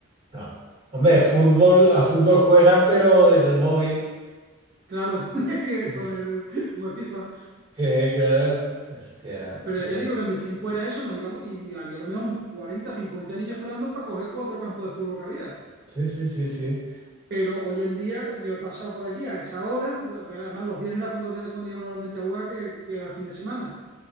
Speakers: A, on the right (about 25°); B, on the right (about 50°).
A: no. Hombre, fútbol, a fútbol juegan, pero desde el móvil.
B: Claro, <laughs>
A: <laughs>
B: con el, con el FIFA.
A: Que, claro, hostia,
B: Pero
A: ya.
B: ya te digo que en mis tiempos era eso, nos íbamos y había a lo mejor un 40, 50 niños esperando para coger cuatro campos de fútbol que había.
A: Sí, sí, sí, sí.
B: Pero hoy en día eh, yo he pasado por allí a esa hora, además los viernes era cuando, cuando iba normalmente a jugar, que, que era fin de semana,